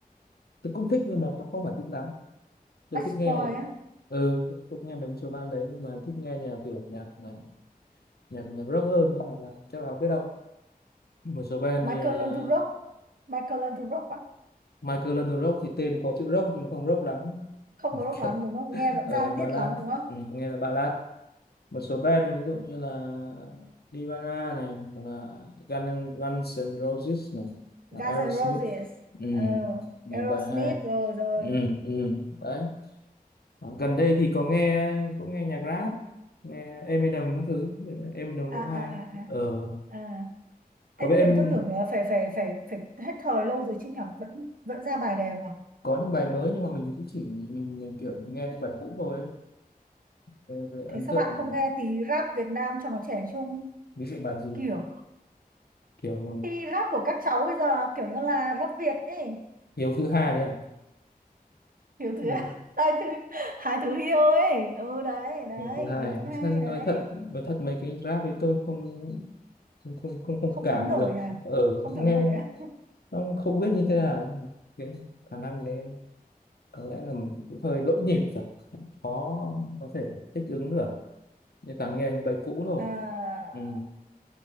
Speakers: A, on the left; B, on the right.
A: tôi cũng thích nhưng mà cũng không phải thích lắm tôi
B: Backstreet
A: thích nghe
B: Boys á
A: ừ tôi, cũng nghe mấy số band đấy nhưng mà thích nghe nhạc kiểu nhạc nhạc nhạc, nhạc rock hơn chắc là chắc là biết đâu một số band
B: Michael
A: như là
B: Learns to Rock Michael Learns to Rock á
A: Michael London Rock thì tên có chữ rock nhưng mà không rock lắm
B: không
A: kiểu
B: có rock lắm đúng không nghe vẫn
A: ở
B: ra
A: ballad
B: diết lắm đúng không
A: ừ, nghe là ballad một số band ví dụ như là Nirvana này hoặc là Guns, Guns N' Roses này hoặc
B: Guns
A: Aerosmith
B: N' Roses
A: ừ,
B: ờ,
A: nhiều
B: Aerosmith
A: bài hay
B: rồi rồi
A: ừ, ừ, đấy Ờ, gần đây thì có nghe cũng nghe nhạc rap nghe Eminem các thứ Eminem
B: à
A: cũng
B: à
A: hay
B: à à
A: ờ
B: à.
A: có
B: Em
A: biết
B: mới
A: em
B: làm tôi tưởng là phải phải phải phải hết thời lâu rồi chứ nhở vẫn vẫn ra bài đều à
A: có những bài mới nhưng mà mình cũng chỉ mình, mình kiểu nghe những bài cũ thôi ấy. Về, về ấn
B: thế sao
A: tượng
B: bạn không nghe tí rap Việt Nam cho nó trẻ trung
A: ví dụ bài gì
B: kiểu
A: kiểu
B: thì rap của các cháu bây giờ kiểu như là rap Việt ấy
A: Hiếu thứ hai đấy
B: Hiếu thứ
A: à
B: <laughs> hai thứ hai thứ hiêu ấy ừ đấy đấy
A: lần thứ hai
B: Hiếu thứ
A: sao
B: hai
A: nói
B: đấy
A: thật nói thật mấy cái rap ấy tôi không không không không, không
B: không
A: cảm
B: thấm nổi
A: được
B: à
A: ở
B: không, không
A: nghe
B: thấm nổi à,
A: không không biết như thế nào cái khả năng đấy có lẽ là mình cũng hơi lỗi nhịp rồi khó có thể thích ứng được như toàn nghe những bài cũ rồi
B: à
A: ừ.